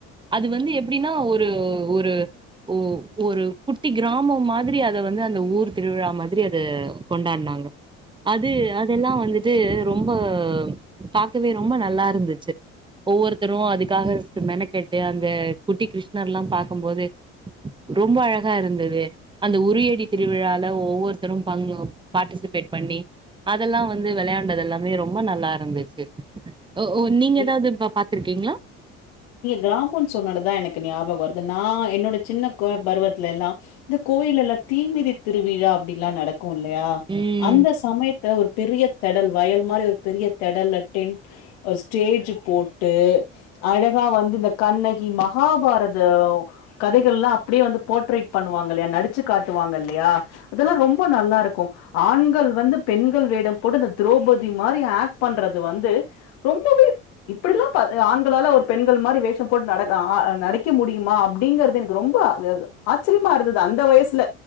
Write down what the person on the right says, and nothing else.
அது வந்து எப்டின்னா ஒரு ஒரு ஓ ஒரு குட்டி கிராமோ மாரி அத வந்து அந்த ஊர் திருவிழா மாதிரி அத கொண்டாட்னாங்க அது அதெல்லா வந்துட்டு ரொம்ப பாக்கவே ரொம்ப நல்லா இருந்துச்சி ஒவ்வொருத்தரு அதுக்காக மென கெட்டு அந்த குட்டி கிருஷ் ணர்லா பாக்கும்போது ரொம்ப அழகா இருந்தது அந்த உறியடி திருவிழா ல ஒவ்வொருத்தரு பங்க பார்ட்டிஸ் பேட் பண்ணி அதெல்லா வந்து விளையாண்டது எல்லாமே ரொம்ப நல்லா இருந்துச்சி ஓ ஓ நீங்க
ஏதாது பாத்திருக்கீங்ளா
ம்